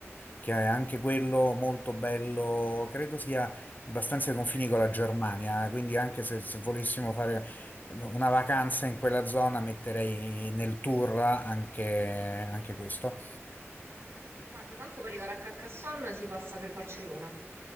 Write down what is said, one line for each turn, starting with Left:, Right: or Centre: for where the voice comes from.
Left: che è anche quello molto bello, credo sia abbastanza ai confini
Right: lo penso.
Left: con la Germania, quindi anche se, se volessimo fare una vacanza in quella zona metterei nel tour anche, anche questo.
Right: Guarda, tanto per arrivare a Carcassonne si passa per Barcellona.